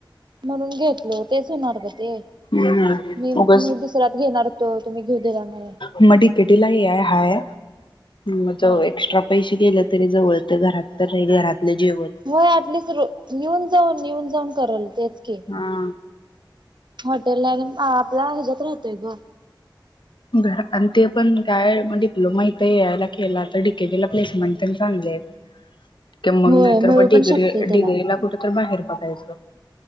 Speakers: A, on the right; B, on the left.
A: म्हणून घेतलो. तेच होणार ग ते.
B: हम्म
A: मी-मी
B: उगच
A: <unintelligible> त घेणार होतो तुम्ही घेऊ दिला नाही.
B: मग डीकेटीला हे हाय. म जो
A: हा
B: एक्स्ट्रा पैसे गेलेत तरी जवळे त घरात त राहिल. घरातलं जेवण
A: होय ऍटलिस्ट र येऊन जाऊन. येऊन जाऊन करल. तेच की.
B: हां.
A: हॉटेलला आणून आपला ह्याच्यात राहतोय ग.
B: घर आणि ते पण काय म डीप ह म इथ यायला केला तर डडीकेटीला प्लेसमेंट त्यां चांगलेत. कि मग
A: होय
B: नाहीतर
A: मिळू
B: म
A: पण
B: डिग्री
A: शकते त्याला
B: डिग्रीला कुठ तर बाहेर बघायचं.